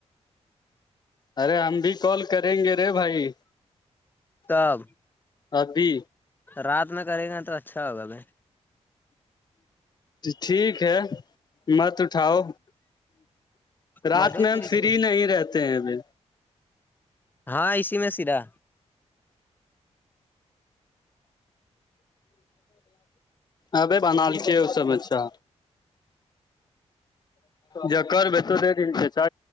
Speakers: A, on the left; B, on the left.
A: ارے ہم بھی کال کریں گے رے بھائی
B: تب
A: ابھی
B: رات میں کرے گا ن تو اچھا ہوگا ب
A: ٹھیک ہے مت اٹھاؤ رات
B: مدھو
A: میں
B: پور
A: ہم
B: اسی
A: فری نہیں رہتے ہیں ابھی
B: ہاں اسی میں سرا
A: ابے بنال کے اس سب اچھا جک بچ دے رہی چچا